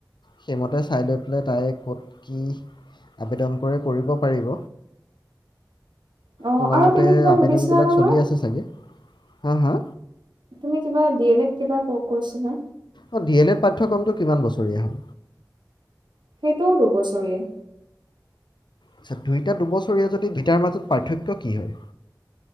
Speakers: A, on the left; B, on the right.
A: সেইমতে চাই লৈ পেলাই তাই ক'ত কি আবেদন কৰি কৰিব পাৰিব।
B: অ
A: শুনা
B: আৰু
A: মতে
B: তুমি কিবা
A: আবেদনবিলাক
B: সুধিছিলা নহয়
A: চলি আছে চাগে? হা, হা!
B: তুমি কিবা, ডি এল এড কিবা কৈছিলা!
A: অ' ডি এল এ পাঠ্যক্ৰমটো কিমান বছৰীয়া হ'ল?
B: সেইটোও দুবছৰীয়া
A: আচ্ছা দুইটা দুবছৰীয়া যদি, দুইটাৰ মাজত পাৰ্থক্য কি হয়?